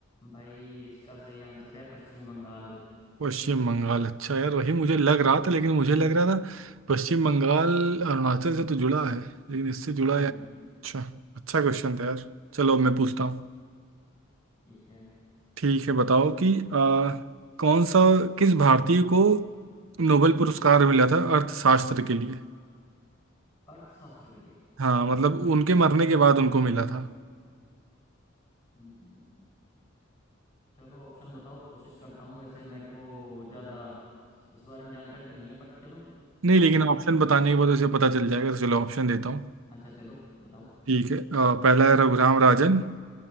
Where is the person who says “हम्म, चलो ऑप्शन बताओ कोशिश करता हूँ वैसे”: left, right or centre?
Left